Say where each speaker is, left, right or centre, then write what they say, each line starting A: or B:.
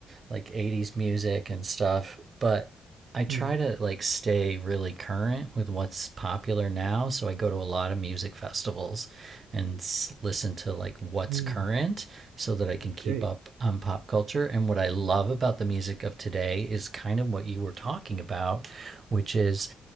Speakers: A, on the right; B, on the right.
A: like 80s music and stuff, but I try
B: Mm,
A: to like stay really current with what's popular now. So I go to a lot of music festivals and listen to like what's
B: mm,
A: current so that I can
B: that's
A: keep
B: great.
A: up on pop culture. And what I love about the music of today is kind of what you were talking about, which is